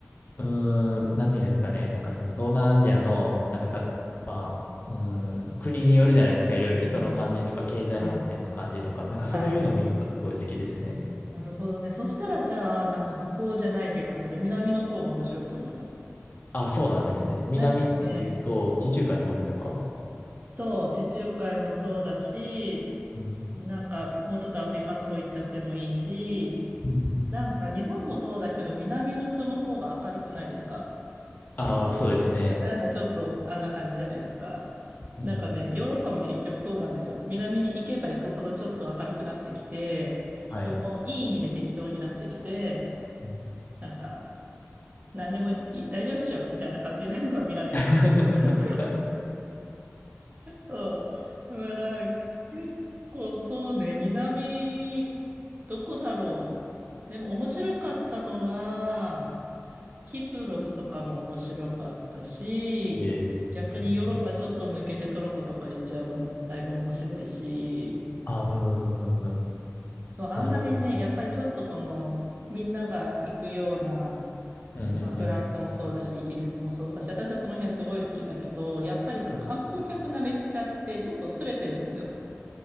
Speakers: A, on the left; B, on the right.
A: うーん、なんていうんですかね、なんかその東南アジアの、なんかた、まあ、うーん、国によるじゃないですか、いろいろ人の感じとか、
B: うん、
A: 経済発展の感じとか、
B: うん。
A: なんかそういうのを見るのがすごい好きですね。
B: はい。なるほどね。そしたらじゃあ、なんか北欧じゃない気がする。南の方が面白いと思います。
A: あ、そうなんですね。南っていうと、
B: なんかね、
A: 地中海の方ですか
B: そう、地中海もそうだし、
A: うん
B: なんかもうちょっとアフリカの方行っちゃってもいいし、
A: うん。
B: なんか日本もそうだけど、南の人の方が明るくないですか
A: ああ、そうですね。
B: なんかちょっとあんな感じじゃないですか。
A: うん
B: なんかね、ヨーロッパも結局そうなんですよ。南に行けば行くほどちょっと明るくなってきて、人もいい意味で適当になってきて、
A: はい。うん
B: なんか何でもいい大丈夫っしょみたいな感じなのが南の方なんですよ。
A: <laughs>。
B: そう。だから、結構そうね、南、どこだろう。でも面白かったのは、キプロスとかも面白かったし、
A: えーうんうんうん。
B: 逆にヨーロッパちょっと抜けてトルコとか行っちゃうのもだいぶ面白いし、
A: あーうんうんうんうん
B: そうあんまりね、
A: なるほど。
B: やっぱりちょっとこの、みんなが行くような、
A: うんうんうん。
B: まあ、フランスもそうだし、イギリスもそうだし、私はその辺すごい好きだけど、やっぱりその観光客慣れしちゃって、
A: うん。
B: ちょっと薄れてるんですよ。